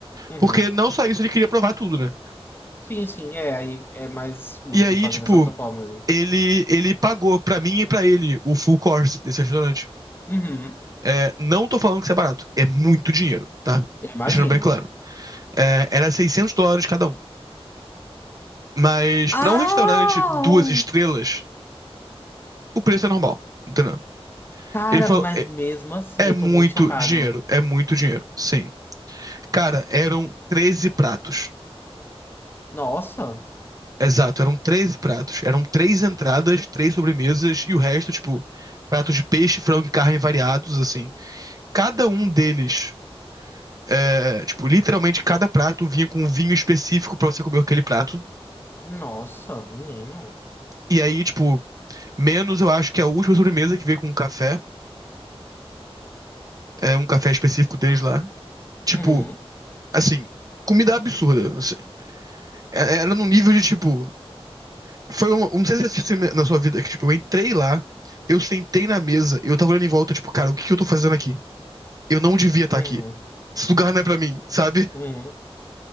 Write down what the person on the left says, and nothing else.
Uhum.
Sim, sim, é, aí é mais útil
fazer
dessa outra forma mesmo.
Uhum.
Eu imagino.
Ah!
Cara,
mas
mesmo assim,
eu
tô muito chocado.
Nossa,
nossa, menino.
Uhum,
uhum,
uhum.